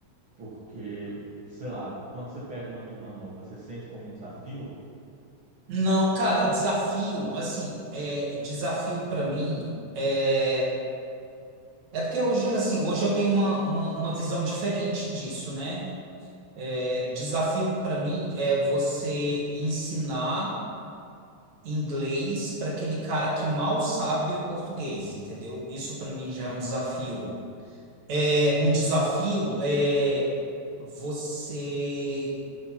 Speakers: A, on the right (about 80°); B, on the right (about 55°).
A: Porque, sei lá, quando você pega uma turma nova, você sente como um desafio?
B: Não, cara, desafio, assim, é, desafio pra mim é, é porque hoje, assim, hoje eu tenho uma, uma, uma visão diferente disso, né? É, desafio para mim é você ensinar inglês para aquele cara que mal sabe o português, entendeu? Isso para mim já
A: Hum,
B: é um desafio.
A: entendi.
B: É, um desafio é você